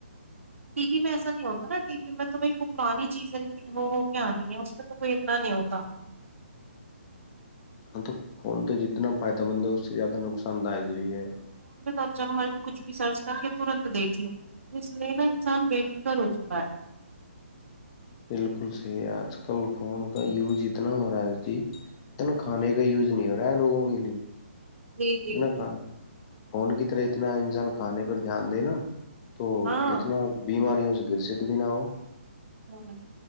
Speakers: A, on the right; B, on the left.
A: ٹی وی میں ایسا نہیں ہوتا نا ٹی وی میں تو بھائی پرانی چیز ہے ایکٹ وہ وہ کیا نہیں ہے اس میں تو کوئی اتنا نہیں ہوتا
B: ہاں تو فون تو جتنا فائدہ مند ہے اس سے زیادہ نقصان پسند داک بھی ہے
A: ا جب مرضی کچھ بھی سرچ کر کے ترنت دیکھ لوں اس لینا انسان بے فکر ہو چکا ہے
B: بالکل صحیح ہے آج کل فون کا یوز اتنا ہو رہا ہے جی اتنا کھانے کا یوز نہیں ہو رہا ہے لوگوں کے لیے
A: جی جی
B: اتنا
A: جی
B: کھا فون کی طرح اتنا انسان کانے پر دھیان دےینا تو
A: ہاں
B: اتنا بیماریوں سے گرست بھی نہ ہو
A: ہ